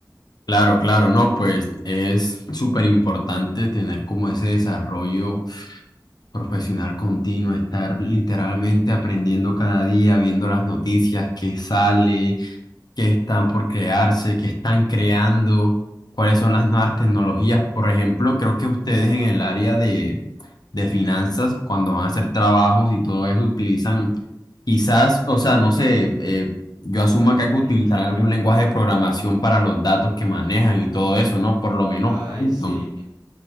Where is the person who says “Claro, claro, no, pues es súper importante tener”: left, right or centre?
Left